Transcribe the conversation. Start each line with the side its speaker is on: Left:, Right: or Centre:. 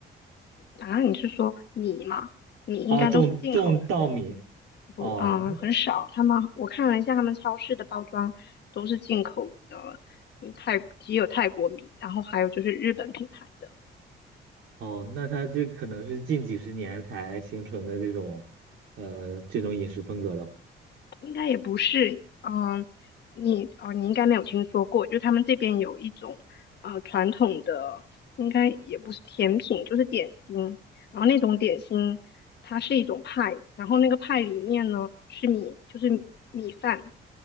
Left: 啊，你是说米吗？米应该都是进口的，
Right: 啊，种种稻米。
Left: 不，
Right: 哦，
Left: 啊、
Right: 那
Left: 很少。他们我看了一下，他们超市的包装都是进口的，嗯，泰也有泰国米，然后还有就是日本品牌。的。
Right: 哦，那它这可能是近几十年才形成的这种，呃，这种饮食风格了。
Left: 应该也不是，嗯，你哦，你应该没有听说过，就他们这边有一种呃传统的，应该也不是甜品，就是点心，然后那种点心它是一种派，然后那个派里面呢是米，就是米米饭，